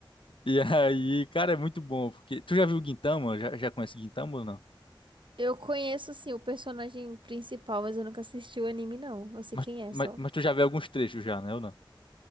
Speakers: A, on the left; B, on the right.
A: E aí, cara, é muito bom, porque... Tu já viu o Gintama? Já, já conhece o Gintama ou não?
B: Eu conheço, assim, o personagem principal, mas eu nunca assisti o anime, não. Eu sei
A: Mas,
B: quem é
A: mas,
B: só.
A: mas tu já vê alguns trechos já, né? Ou não?